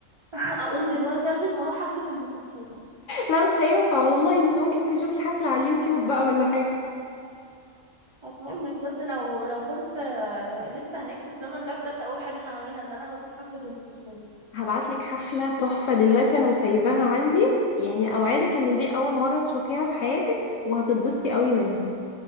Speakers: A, on the right; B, on the left.
A: <laughs> اقوم دلوقتي البس واروح حفله ام كلثوم
B: لا مش هينفع والله انت ممكن تشوفي حفلة على اليوتيوب بقى ولا حاجة
A: اتمنى بجد لو لو كنت آه، لسه هناك في الزمن ده بجد اول حاجه هعملها ان انا هروح حفله ام كلثوم
B: هبعتلك حفلة تحفة دلوقتي انا مسيباها عندي يعني اوعدك ان دي اول مرة تشوفيها في حياتك وهتتبسطي قوي منها